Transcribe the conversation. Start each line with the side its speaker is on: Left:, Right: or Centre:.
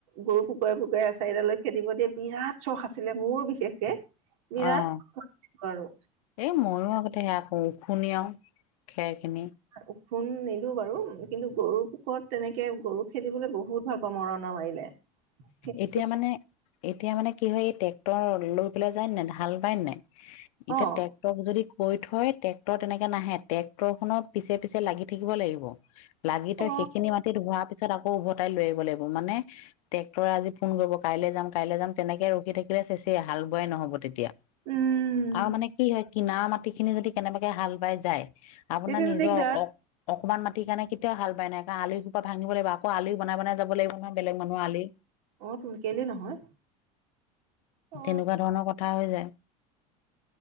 Right: গৰু ফুকুৰাই ফুকুৰাই, আচাৰি লৈকে খেদিবলৈ দিয়ে, বিৰাট শখ আছিল মানে মোৰ বিশেষকে। বিৰাট
Left: অঁ,
Right: আৰু
Left: এই মইও আগতে সেয়া অঁ, খুণ্ডিয়াও খেৰখিনি।
Right: ওখোন নিদিওঁ বাৰু, কিন্তু গৰু পোকত তেনেকে গৰু খেদিবলৈ বহুত ভাল পাওঁ আৰু মৰণা মাৰিলে। সেইটো
Left: এতিয়া মানে। এতিয়া মানে কি হয় এই ট্ৰেক্টৰ লৈ পেলাই যায় নাই, হাল বাই নে নাই এতিয়া
Right: অ
Left: ট্ৰে ক্টৰ যদি কৈ থয়, ট্ৰেক্টৰ তেনেকৈ নাহে, ট্ৰেক্টৰখনৰ পিছত পিছত লাগি থাকিব লাগিব। লাগি থৈ,
Right: অ
Left: সেইখিনি মাটিত হোৱাৰ পিছত আকৌ উভতাই লৈ আহিব লাগিব, মানে ট্ৰেক্টৰে আজি ফোন কৰিব, কাইলৈ যাম, কাইলৈ যাম, তেনেকৈ ৰখি থাকিলে চেচে হাল বোৱাই নহ'ব তেতিয়া।
Right: উম
Left: আৰু মানে কি হয়, কিনাৰ মাটি খিনি যদি কেনেবাকে হাল বাই যায়। আপোনাৰ
Right: তেতিয়াতো
Left: নিজৰ
Right: দিগদাৰ
Left: অ কণমান মাটি কাৰণে কেতিয়াওঁ হাল বাই নাই, কাৰণ আলি খোপা ভাঙিব লাগিব, আকৌ আলি বনাই বনাই যাব লাগিব নহয় বেলেগ মানু্হৰ আলি।
Right: অ তো কেলেই নহয়। অ
Left: তেনেকুৱা ধৰণৰ কথা হৈ যায়।